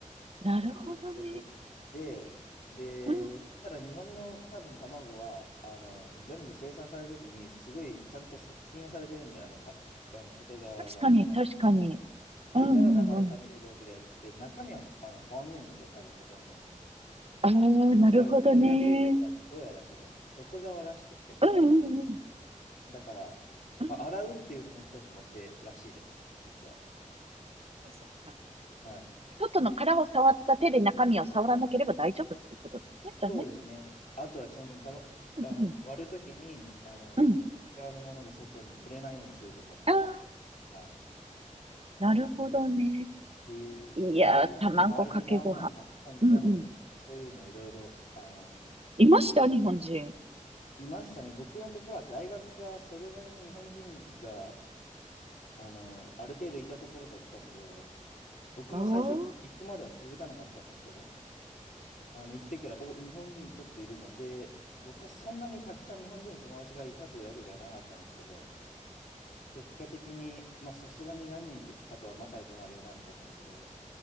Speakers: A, on the right; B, on the left.
A: なるほどね。
B: いうことで、で、
A: うん。
B: ただ日本の多分卵は、あの、全部生産されるときに、すごいちゃんと殺菌をされてるんで、あの、た、あの外側がから。
A: 確かに、確かに。うんうんうん。
B: だから生で食べれるわけであって、中身はあの変わんないんですね、多分ほとんど。
A: ああ、なるほどね。
B: だから菌がついてるのは、どうやらその外側らしくって、皮の。
A: うんうんうん。
B: だから、
A: うん
B: まあ、洗うっていうのも一つの手らしいです、実は。
A: そっか。
B: はい
A: 外の殻を触った手で中身を触らなければ大丈夫っていうことですね。じゃあね。
B: そうですね。あとは、その、たま、
A: うんうん。
B: あの、割るときに、あの、
A: うん。
B: 内側のものが外に触れないようにするとかも、
A: ああ、
B: はい。っ
A: なるほどね。
B: ていう、
A: いやー、
B: 日本人の周りにまあまあたくさんいたので、
A: 卵かけご飯。うんうん。
B: そういうのいろいろ、あの、
A: いました日本人。
B: いましたね。僕のところは大学がそれなりに日本人が、あの、ある程度いたところだったんで、僕も最初行くまでは気づかなかったんですけど、
A: ああ、
B: あの、行ってから、お、日本人ちょっといるじゃん。で、僕はそんなにたくさん日本人の友達がいたというわけじゃなかったんですけど、結果的に、まあ、さすがに何人とかとは仲良くなるよなって感じで、